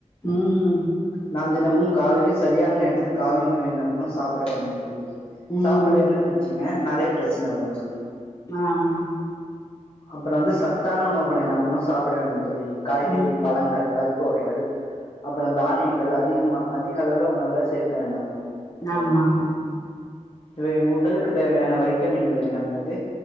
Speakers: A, on the left (about 25°); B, on the left (about 50°).
A: ம்
B: நாம் தினமும் காலையில் சரியான நேரத்தில் காலை உணவை என்ன பண்ணு சாப்பிட வேணும் தோழி
A: ம்
B: சாப்பிட்லைனா வெச்சுங்களே நெறைய பிரச்சன வரும் தோழி
A: ஆமாங்க
B: அப்பற வந்து சத்தான உணவுகள என்ன பண்ணு சாப்பிட வேண்டும் தோழி காய்கறி
A: ம்
B: பழங்கள் பருப்பு வகைகள் அப்றோ தானியங்கள் அதிகமா அதிக அளவுல உணவுல சேர்க்க வேண்டுங்க தோழி
A: ஆமா ஆமா
B: இவை உடலுக்கு தேவையான வைட்டமின்களயா நம்மது